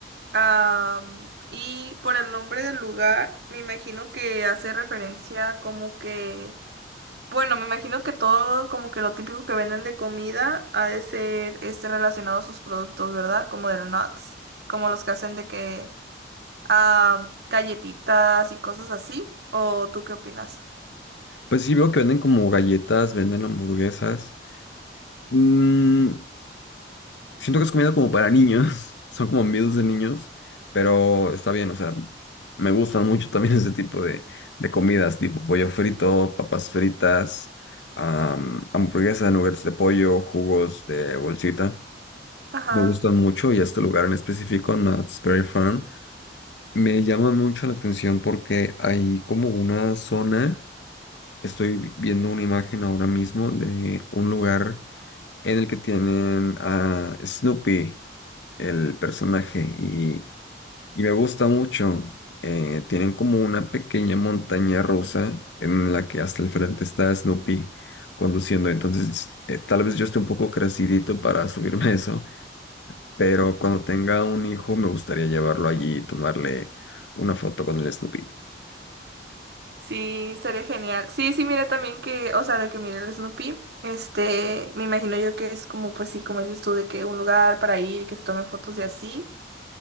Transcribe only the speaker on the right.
Am, y por el nombre del lugar, me imagino que hace referencia como que, bueno, me imagino que todo como que lo típico que venden de comida ha de ser este relacionado a sus productos, ¿verdad? Como del nuts, como los que hacen de que am, galletitas y cosas así. ¿O tú qué opinas?
Ajá.
Sí, sería genial. Sí, sí, mira también que, o sea, de que mire el Snoopy, este, me imagino yo que es como, pues sí, como dices tú, de que un lugar para ir y que se tomen fotos y así.